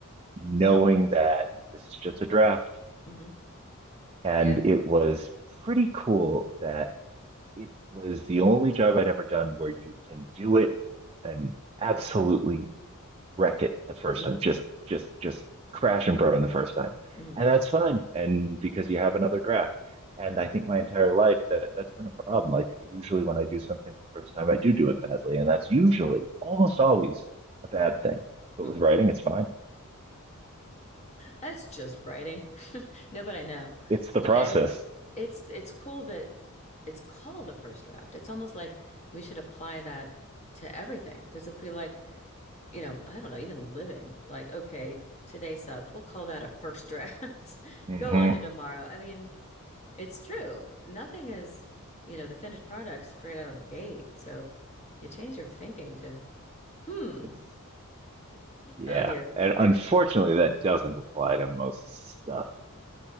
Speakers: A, on the right; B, on the left.
A: knowing that this is just a draft.
B: hmm
A: And
B: Yep.
A: it was pretty cool that it was the only job I'd ever done where you can do it and absolutely wreck it the first
B: hmm
A: time. Just just just crash and burn the first time.
B: hmm
A: And that's fine. And because you have another draft. And
B: hmm
A: I think my entire life that that's been a problem. Like usually when I do something for the first time, I do do it badly. And that's usually almost always a bad thing. But
B: hmm
A: with writing, it's fine.
B: That's just writing. <laughs> No, but I know.
A: It's the process.
B: And it's it's cool that it's called a first draft. It's almost like we should apply that to everything. Because if we like, you know, I don't know, even living, like, okay, today sucked. We'll call that a first draft. <laughs>
A: Mm-hmm.
B: Go on to tomorrow. I mean, it's true. Nothing is, you know, the finished product straight out of the gate. So if you change your thinking to Hmm.
A: It's yeah.
B: Oh dear.
A: And
B: Here,
A: unfortunately that doesn't apply to most stuff.